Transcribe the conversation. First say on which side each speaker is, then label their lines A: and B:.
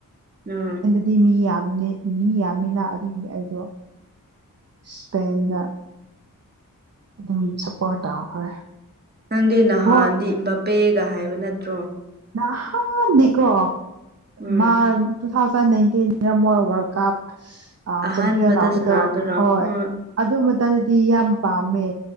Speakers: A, on the right; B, on the right.
A: ꯎꯝ
B: ꯑꯗꯨꯗꯤ ꯃꯤ ꯌꯥꯝ ꯃꯤ ꯌꯥꯝꯃꯤꯅ ꯑꯗꯨꯒꯤ ꯑꯩꯗꯣ ꯁꯄꯦꯟꯗ ꯑꯗꯨꯝ ꯁꯞꯄꯣꯔꯠ ꯇꯧꯈ꯭ꯔꯦ
A: ꯅꯪꯒꯤ ꯅꯍꯥꯟꯗꯤ
B: ꯍꯣꯏ
A: ꯄꯦꯒ ꯍꯥꯏꯕ ꯅꯠꯇ꯭ꯔꯣ
B: ꯅꯍꯥꯟꯗꯤꯀꯣ
A: ꯎꯝ
B: ꯃꯥ ꯇꯨ ꯊꯥꯎꯖꯟ ꯅꯥꯏꯟꯇꯤꯟꯅ ꯃꯣꯏ ꯋꯥꯔꯜ ꯀꯞ
A: ꯑꯍꯥꯟꯕꯗ
B: ꯆꯦꯝꯄꯤꯌꯟ ꯂꯕꯗꯣ
A: ꯁꯅꯥꯗꯨꯔꯣ
B: ꯍꯣꯏ
A: ꯎꯝ
B: ꯑꯗꯨ ꯃꯇꯝꯗꯗꯤ ꯌꯥꯝ ꯄꯥꯝꯃꯦ